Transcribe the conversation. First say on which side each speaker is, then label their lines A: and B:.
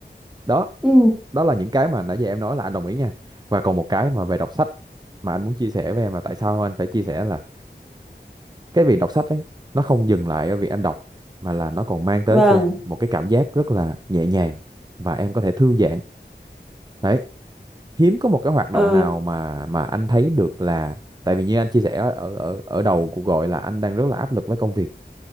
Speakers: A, on the right; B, in the centre.
A: đó
B: ừ.
A: đó là những cái mà nãy giờ em nói là anh đồng ý nha và còn một cái mà về đọc sách mà anh muốn chia sẻ với em mà tại sao anh phải chia sẻ là cái việc đọc sách ấy nó không dừng lại ở việc em đọc mà là nó còn mang tới
B: vâng
A: cho em một cái cảm giác rất là nhẹ nhàng và em có thể thư giãn đấy hiếm có một cái hoạt động
B: ờ
A: nào mà mà anh thấy được là tại vì như anh chia sẻ ở ở ở đầu cuộc gọi là anh đang rất là áp lực với công việc